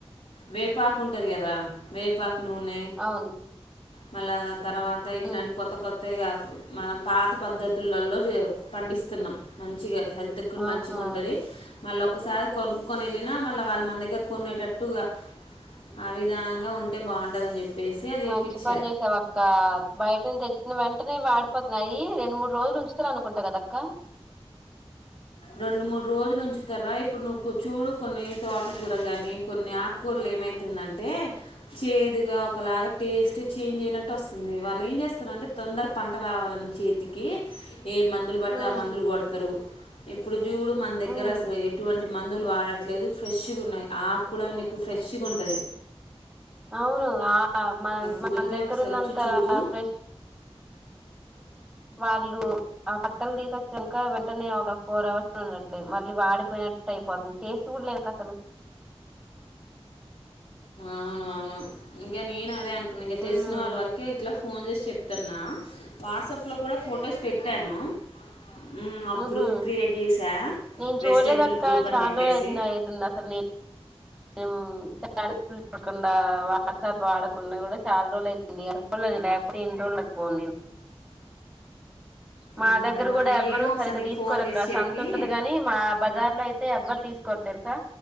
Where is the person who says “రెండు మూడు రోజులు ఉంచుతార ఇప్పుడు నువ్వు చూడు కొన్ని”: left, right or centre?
Left